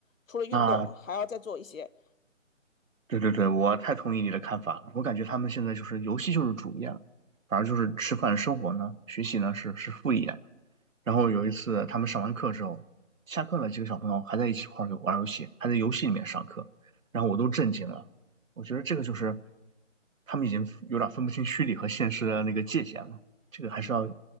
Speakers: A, on the left; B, on the right.
A: 除了运动，
B: 啊，
A: 还要再做一些。
B: 对对对，我太同意你的看法了。我感觉他们现在就是游戏就是主业了，反而就是吃饭、生活呢、学习呢是是副业了。然后有一次他们上完课之后，下课了，几个小朋友还在一起玩儿游玩游戏，还在游戏里面上课，然后我都震惊了。我觉得这个就是他们已经有点分不清虚拟和现实的那个界限了，这个还是要
A: 嗯，